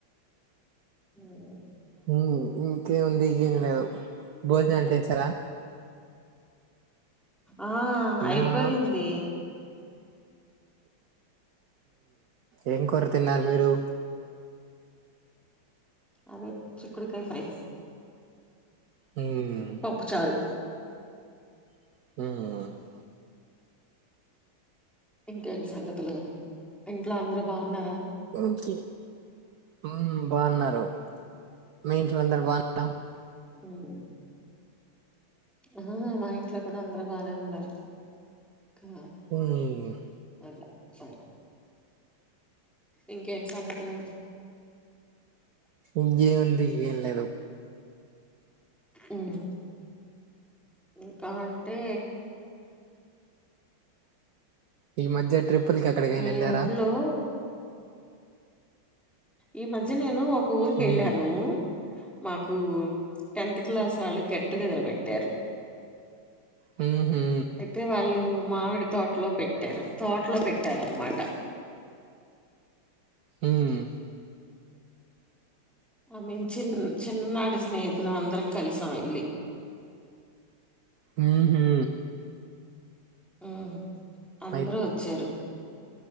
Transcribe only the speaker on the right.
ఊ ఇంకేముంది ఇంకేం లేదు భోజనాలు చేశారా
మేమా ఏం కూర తిన్నారు మీరు
మ్మ్
హ్మ్
ఒకే మ్మ్ బాగున్నారు మీ ఇంట్లో అందరు బాగున్నారా
ఉమ్
ఇంకే ముంది ఏం లేదు
ఈ మధ్య ట్రిప్పుల కి ఎక్కడికైనా
వెళ్ళారా
హ్మ్
హ్మ్ హు
హ్మ్
హ్మ్ హు
మై